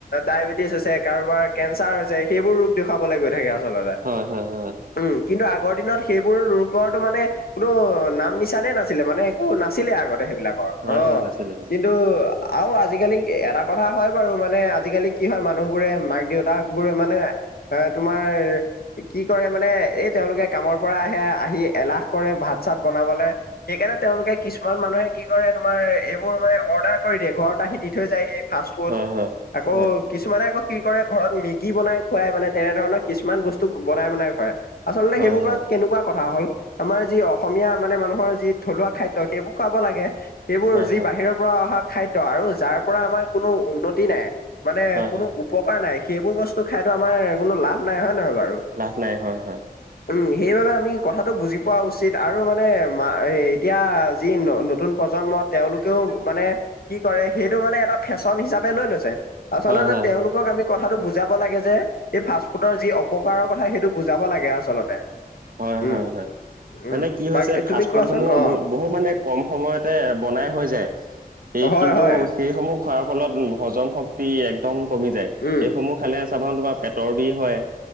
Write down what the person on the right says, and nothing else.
হয় হয় হয় হয়
হয়
হয় নাছিলে হয়
হয় হয়
হয়
হয়
হয়
হয়
হয়
হয়
হয়
লাভ নাই, হয়, হয়।
হয় হয়
হয়
হয়-হয়-হয়।
মানে কি হৈছে,
ফাষ্ট-ফুডসমূহ
ব বহু মানে কম সময়তে বনাই হৈ যায়। সেই
কিন্তু,
সেইসমূহ খোৱাৰ ফলত হজম শ ক্তি একদম কমি যায়,
সেইসমূহ খালে চাবাচোন, তোমাৰ পেটৰ বিষ হয়।